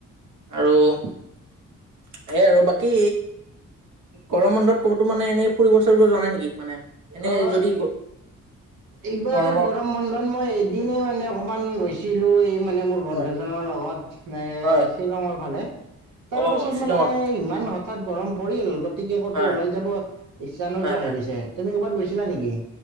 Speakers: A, on the right; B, on the right.
A: আৰু এই ৰ'বা! বাকী গৰম বন্ধত ক'তো মানে এনে ফৰিব ফুৰি যোৱা নেকি মানে। এনেই
B: অ'
A: যদি
B: এইবাৰ
A: গৰমৰ
B: গৰম বন্ধত মই এদিনে মানে অকমান গৈছো। ছিলো এই মানে মোৰ বন্ধুজনৰ
A: হয়,
B: লগত
A: হয়
B: শ্বিলঙৰ ফালে। তাৰপাছত
A: অ', শ্বিলঙৰ
B: মানে ইমান নহ তাত গৰম পৰিল গতিকে ক'তো
A: হয়,
B: ওলাই যাব ইচ্ছা নোযোৱা
A: হয়, হয়।
B: হৈ গৈছে, তুমি ক'ৰবাত গৈছিলা নেকি?